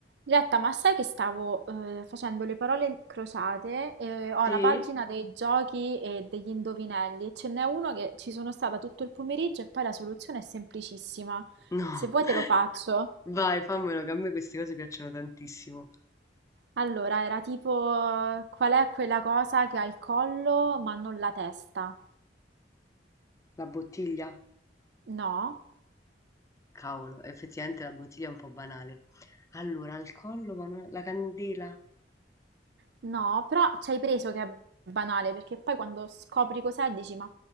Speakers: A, on the right (about 65°); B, on the left (about 15°).
A: Diletta, ma sai che stavo eh, facendo le parole crociate e ho
B: Sì?
A: la pagina dei giochi e degli indovinelli e ce n'è uno che ci sono stata tutto il pomeriggio e poi la soluzione è semplicissima.
B: No,
A: Se vuoi
B: <laughs>
A: te lo faccio.
B: vai, fammelo, che a me queste cose piacciono tantissimo.
A: Allora, era tipo qual è quella cosa che ha il collo ma non la testa?
B: La bottiglia?
A: No,
B: Cavolo, effettivamente la bottiglia è un po' banale. Allora, al collo, ma non... la candela.
A: no, però ci hai preso che è banale perché poi quando scopri cos'è dici ma